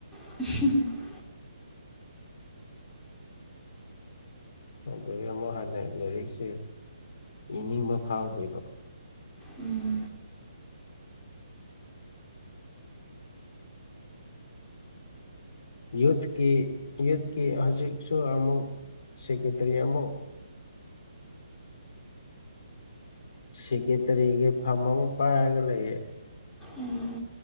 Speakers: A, in the centre; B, on the left.
A: <unintelligible>
B: ꯑꯗꯩ ꯑꯃꯨꯛ ꯍꯟꯅ ꯂꯥꯏꯔꯤꯛꯁꯦ ꯏꯅꯤꯡꯕ ꯐꯥꯎꯗ꯭ꯔꯤꯕ
A: ꯎꯝ
B: ꯌꯨꯠꯀꯤ ꯌꯨꯠꯀꯤ ꯍꯧꯖꯤꯛꯁꯨ ꯑꯃꯨꯛ ꯁꯦꯀꯦꯇꯔꯤ ꯑꯃꯨꯛ ꯁꯦꯀꯦꯇꯔꯤꯒꯤ ꯐꯥꯝ ꯑꯃ ꯄꯥꯏꯔꯒ ꯂꯩꯌꯦ
A: ꯎꯝ